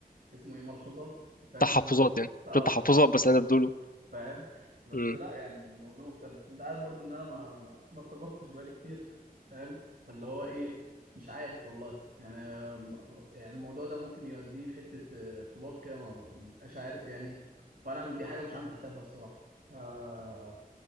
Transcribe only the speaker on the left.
تحفظات
يعني
شو تحفظات بس انا بقوله
مم.